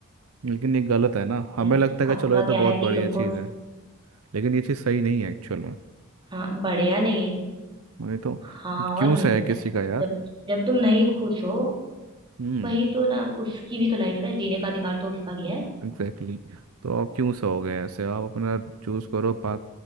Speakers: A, on the right; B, on the right.
A: लेकिन ये गलत है ना हमें
B: बट
A: लगता है
B: आपका
A: कि चलो ये तो
B: क्या
A: बहुत
B: है
A: बढ़िया
B: कि तुमको
A: चीज़ है लेकिन ये चीज़ सही नहीं है एक्चुअल में
B: हाँ बढ़िया नहीं है
A: नहीं तो
B: हाँ
A: क्यों
B: और नहीं
A: सहे
B: तो
A: किसी
B: क्या
A: का यार
B: जब जब तुम नहीं खुश हो
A: हम्म
B: वही तो ना उसकी भी तो लाइफ है जीने का अधिकार तो उसका भी है
A: एग्जैक्टली exactly. तो आप क्यों सहोगे ऐसे आप अपना चूज करो पाथ